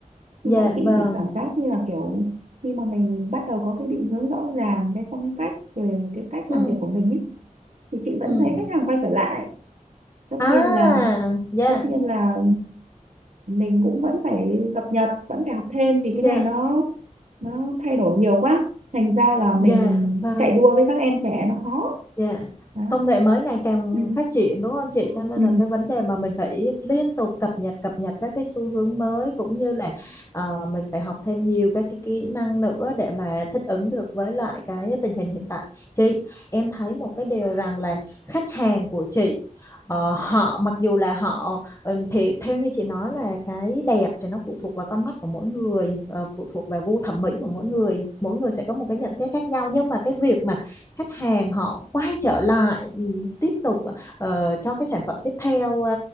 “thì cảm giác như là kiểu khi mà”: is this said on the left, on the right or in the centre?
Right